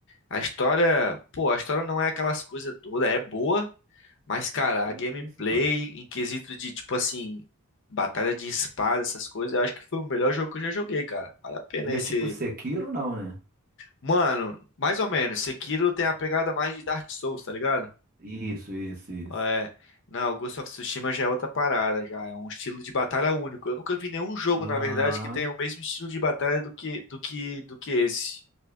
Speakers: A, on the left (about 55°); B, on the right (about 40°).
A: A história, pô, a história não é aquelas coisas todas, é boa, mas, cara,
B: Que
A: a
B: isso,
A: gameplay,
B: mano.
A: em quesito de, tipo assim, batalha de espada, essas coisas, eu acho que foi o melhor jogo que eu já joguei, cara. Vale a pena
B: Ele
A: esse.
B: é tipo Sekiro, não, né?
A: Mano, mais ou menos, Sekiro tem a pegada mais de Dark Souls, tá ligado?
B: Isso, isso, isso.
A: É. Não, o Ghost of Tsushima já é outra parada, já é um estilo de batalha único. Eu nunca vi nenhum jogo,
B: Ah,
A: na verdade, que tenha o mesmo estilo de batalha do que do que do que esse.